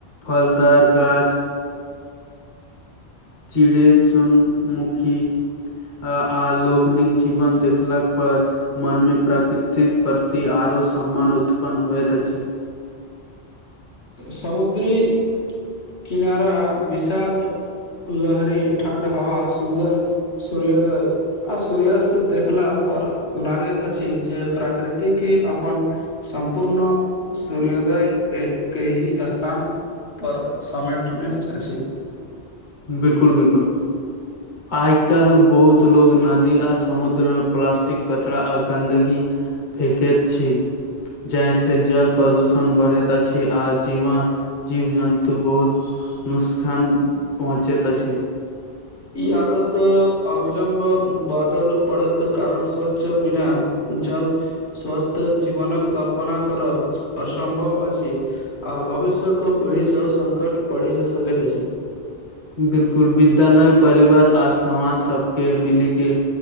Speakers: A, on the left; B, on the left.
A: फलदार गाछ चिड़े चुन मुखी आ आहाँ लोकनिक जीवन देखलाक पर मन में प्रकृतिक प्रति आरो सम्मान उत्पन्न होइत अछि
B: समुद्री किनारा विशाल लहरी ठणंड हवा सुन्दर सूर्योदय आ सूर्यस्त देखला पर लागैत अछि जे प्रकृतिक के अपन सम्पूर्ण सूर्योदय के केही स्थान पर समेटने अछि
A: बिलकुल बिलकुल आइ काल्ह बहुत लोग नदी आ समुद्र में प्लास्टिक कचरा आ गंन्दगी फेकैत छी जाहिसँ जल प्रदूषण बढ़ैत अछि आ जीवन जीव जन्तु बहुत नुसखान पहुँचैत अछि
B: ई आदत अविलम्ब बदल पड़त कारण स्वच्छ बिना जल स्वस्थ जीवन कल्पना करब असम्भव अछि आ भविष्यक पीढ़ी सेहो संकट पड़ि सकैत अछि
A: बिलकुल विद्यालय परिवार आ समाज सभके मिलीे के